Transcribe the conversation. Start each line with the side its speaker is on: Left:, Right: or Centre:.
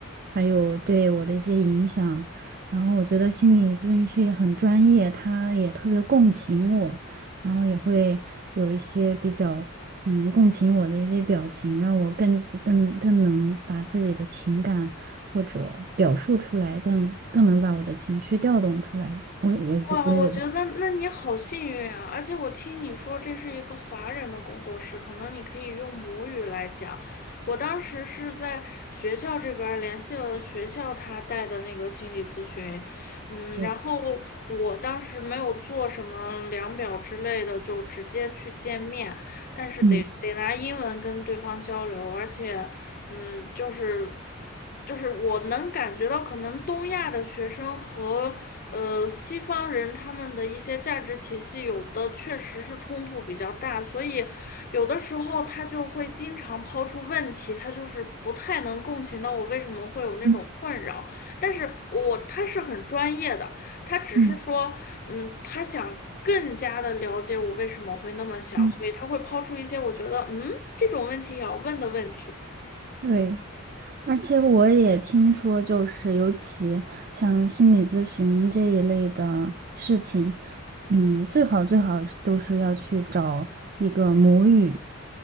Right: 还有对我的一些影响。然后我觉得心理咨询师也很专业，他也特别共情我，然后也会有一些比较嗯共情我的一些表情，让我更更更能把自己的情感或者表述出来，更更能把我的情绪调动出来。我我觉我有
Left: 哇，我觉得那你好幸运啊！而且我听你说这是一个华人的工作室，可能你可以用母语来讲。我当时是在学校这边儿联系了学校他带的那个心理咨询，嗯，
Right: 嗯
Left: 然后我当时没有做什么量表之类的，就直接去见面，但是得得拿英文跟对方交流，
Right: 嗯
Left: 而且，嗯，就是。就是我能感觉到，可能东亚的学生和呃西方人他们的一些价值体系，有的确实是冲突比较大，所以有的时候他就会经常抛出问题，他就是不太能共情到我为什么会有那种困扰。
Right: 嗯
Left: 但是我他是很专业的，他只是说，
Right: 嗯。
Left: 嗯，他想。更加的了解我为什么会那么想，
Right: 嗯
Left: 所以他会抛出一些我觉得，嗯，这种问题也要问的问题。
Right: 对，而且我也听说，就是尤其像心理咨询这一类的事情，嗯，最好最好都是要去找一个母语。